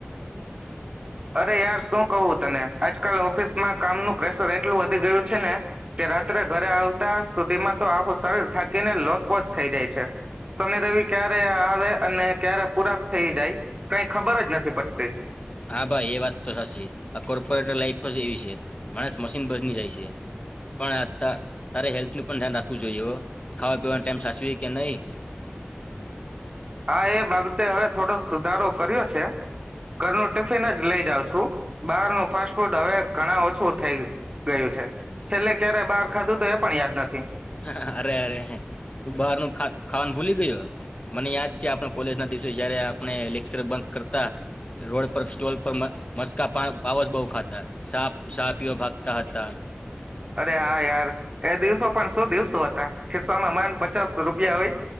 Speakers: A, on the right (about 25°); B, on the left (about 30°).
A: અરે યાર શું કવું તને આજકાલ ઓફિસમાં કામનું પ્રેશર એટલું વધી ગયું છે ને કે રાત્રે ઘરે આવતા સુધીમાં તો આખું શરીર થાકીને લોતપોચ થઈ જાય છે શનિ રેવિ ક્યારે આવે અને ક્યારે પૂરા થઈ જાય કઈ ખબર જ નથી પડતી.
B: હા ભાઈ એ વાત તો સાચી આ કોર્પોરેટ લાઈફ જ એવી છે. માણસ મશીન બની જાય છે, પણ તારે હેલ્થનું પણ ધ્યાન રાખવું જોઈ હો. ખાવા પીવાની ટેમ સાચવી કે નહી.
A: હા એ બાબતે હવે થોડો સુધારો કર્યો છે. ઘરનું ટિફિન જ લઈ જાઉં છું બહાર નો ફાસ્ટ ફૂડ હવે ઘણા ઓછું થઈ ગયું છે. છેલ્લે ક્યારે બાર ખાધું તો એ પણ યાદ નથી.
B: હ, હ અરે અરે તું બહાર નું ખા ખાવાનું ભૂલી ગયો મને યાદ જે આપણા કોલેજ ના દિવસે જયારે આપણે લેક્ચર બંક કરતા રોડ પર સ્ટોલ પર માં મસ્કા પા પાવ જ બહુ ખાતા. સાપ સાપીઓ ભક્તા હતા.
A: અરે હા યાર એ દિવસો પણ શું દિવસો હતા ખિસ્સામાં માંડ પચાસ રૂપિયા હોય